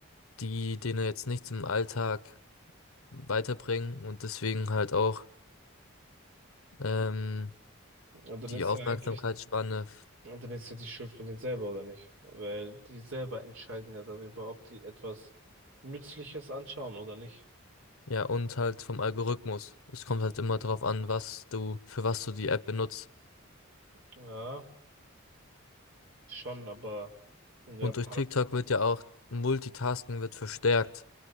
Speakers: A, on the left; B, on the right.
A: die denen jetzt nichts im Alltag weiterbringen und deswegen halt auch ähm,
B: Und dann
A: die
B: ist
A: Aufmerksamkeitsspanne,
B: ja eigentlich Und dann ist ja die Schuld von denen selber, oder nicht? Weil die selber entscheiden ja darüber, ob die etwas Nützliches anschauen oder nicht.
A: ja, und halt vom Algorithmus. Es kommt halt immer darauf an, was du, für was du die App benutzt.
B: Ja, schon, aber wenn du
A: Und
B: ja Part-
A: durch TikTok wird ja auch Multitasking wird verstärkt.